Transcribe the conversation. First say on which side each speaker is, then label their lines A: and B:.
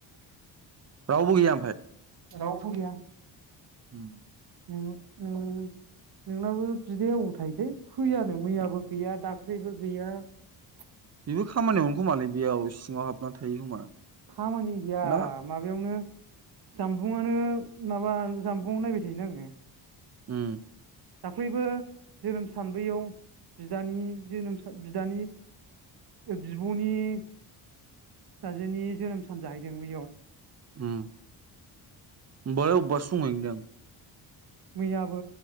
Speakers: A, on the right (about 35°); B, on the right (about 50°).
A: रावबो गैया
B: रावबो गैया!
A: उम।
B: नोंनाव नोंनाबो नोंनाबो बिदाया अबाव थायोथाय फैयानो मैयाबो गैया दाख्लैबो गैया ।
A: बेबो खामानियावनो खोमालै बेयाव सिङाव हाबनानै थायो खोमा
B: खामानि गैया
A: ना
B: माबायावनो जामबुंआनो माबा जामबुं नायबाय थायो ना आङो।
A: उम।
B: दाख्लैबो जोनोम सान बैयाव बिदनि जोनोम सान बिदानि बिब'नि फिसाजोनि जोनोम सान जाहैदों बैयाव
A: उम ओमफ्राय अबबासो दंहैयो नोंदां
B: मैयाबो